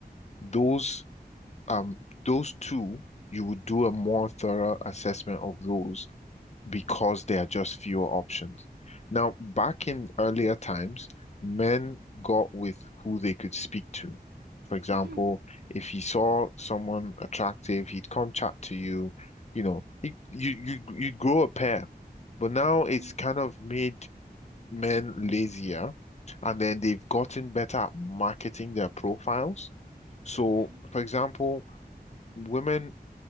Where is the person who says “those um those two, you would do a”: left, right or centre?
Left